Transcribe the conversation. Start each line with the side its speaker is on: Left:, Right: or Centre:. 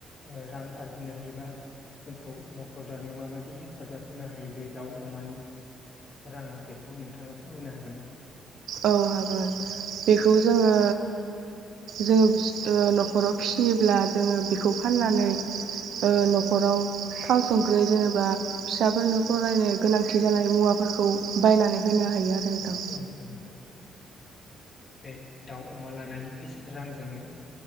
Left: ओ रां आरजिनो हायोबा जोंखौ न'खर दानायाव माबायदि हेफाजाब होनो हायो बे दाउ अमानि राङा बेखौ नोंथाङा फोरमायनो हागोन ना?
Right: औ हागोन बेखौ जोङो जो ओ न'खराव फियोब्ला जोङो बेखौ फाननानै ओ न'खराव थाव संख्रि जेनेबा फिसाफोरनो फरायनो गोनांथि जानाय मुवाफोरखौ बायनानै होनो हायो आरो। नोंथां।
Left: औ औ। बे दाउ अमा लानायनि फैसा रांजोंनो